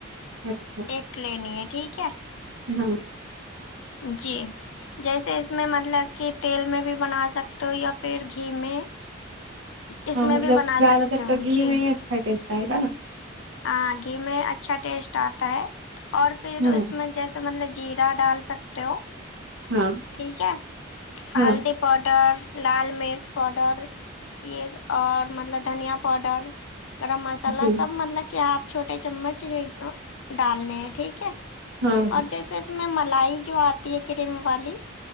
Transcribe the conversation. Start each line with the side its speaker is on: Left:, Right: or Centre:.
Right: اچھا
Left: ایک لینی ہے ٹھیک ہے
Right: ہاں
Left: جی جیسے اس میں مطلب کہ تیل میں بھی بنا سکتے ہو یا پھر گھی میں اس
Right: ہاں
Left: میں
Right: مطلب
Left: بھی بنا
Right: زیادہ
Left: سکتے
Right: تر
Left: ہو
Right: تو گھی
Left: جی
Right: میں ہی اچھا ٹیسٹ آئے گا نا
Left: ہاں گھی میں اچھا ٹیسٹ آتا ہے اور پھر
Right: ہاں
Left: اس میں جیسے مطلب جیرا ڈال سکتے ہو
Right: ہاں
Left: ٹھیک ہے ہلدی
Right: ہاں
Left: پاؤڈر لال مرچ پاؤڈر یہ ایک اور مطلب دھنیا پاؤڈر گرم مسالہ
Right: جی
Left: سب مطلب کہ ہاف چھوٹے چمچ ایک دو ڈالنے ہیں ٹھیک ہے
Right: ہاں
Left: اور جیسے اس میں ملائی جو آتی ہے کریم والی